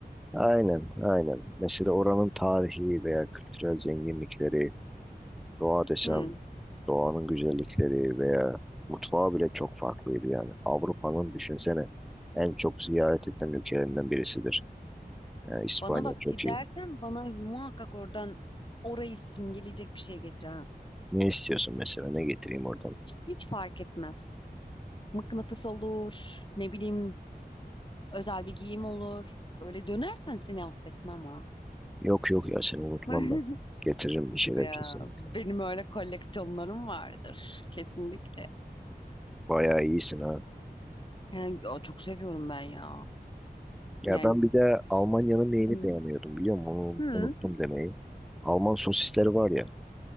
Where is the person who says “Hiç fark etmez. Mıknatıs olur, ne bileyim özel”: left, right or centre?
Left